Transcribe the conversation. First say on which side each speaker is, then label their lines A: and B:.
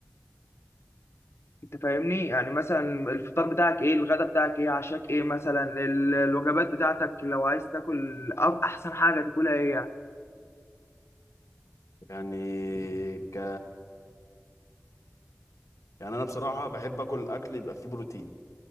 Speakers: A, on the left; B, on the left.
A: انت فاهمني يعني مثلا الفطار بتاعك ايه الغدا بتاعك ايه عشاك ايه مثلا ال- الوجبات بتاعتك لو عايز تاكل أو احسن حاجه تاكلها ايه يعني.
B: يعني ك يعني انا بصراحه بحب اكل اكل يبقى فيه بروتين